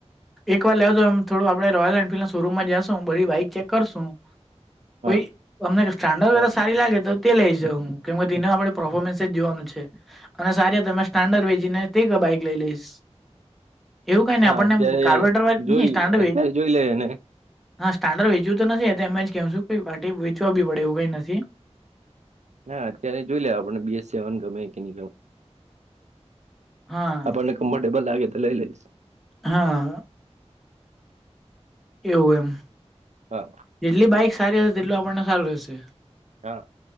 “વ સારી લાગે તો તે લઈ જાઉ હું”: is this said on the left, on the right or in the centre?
Centre